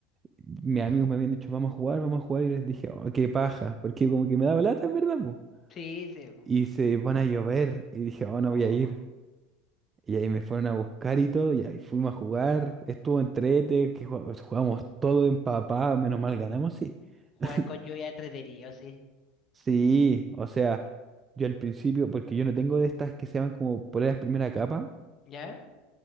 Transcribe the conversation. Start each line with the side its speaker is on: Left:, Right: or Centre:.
Right: <laughs> mis amigos me habían dicho, vamos a jugar, vamos a jugar, y les dije, oh, qué paja, porque como que me daba lata en verdad, po.
Left: sí, sí.
Right: Y se pone a llover, y dije, oh, no
Left: Oh.
Right: voy a ir. Y ahí me fueron a buscar y todo, y ahí fuimos a jugar. Estuvo entrete, que jugamos, jugamos todo empapado, menos mal ganamos, sí.
Left: Jugar
Right: <laughs>
Left: con lluvia es entretenido, sí.
Right: Sí, o sea, yo al principio, porque yo no tengo de estas que se llaman como poleras primera capa,
Left: ¿Ya?